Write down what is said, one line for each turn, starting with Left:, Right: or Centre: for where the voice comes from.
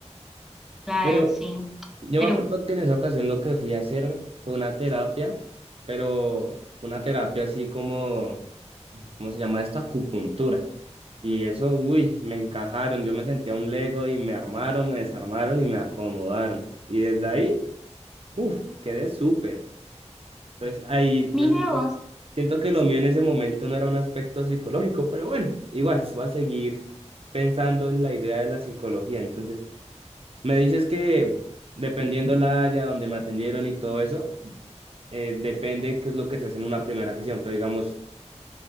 Centre: Claro,
Right: Pero
Centre: sí.
Right: Yo
Centre: Pero
Right: me acuerdo que en esa ocasión lo que fui a hacer fue una terapia, pero una terapia así como, ¿cómo se llama esto? Acupuntura. Y eso, uy, me encajaron. Yo me sentía un Lego y me armaron, me desarmaron y me acomodaron. Y desde ahí, uff, quedé súper. Entonces ahí
Centre: mire
Right: yo siento,
Centre: vos,
Right: siento que lo mío en ese momento no era un aspecto psicológico, pero bueno, igual, voy a seguir pensando en la idea de la psicología. Entonces. Me dices que dependiendo la área donde me atendieron y todo eso, eh, depende qué es lo que se hace en una primera sesión. Pero digamos,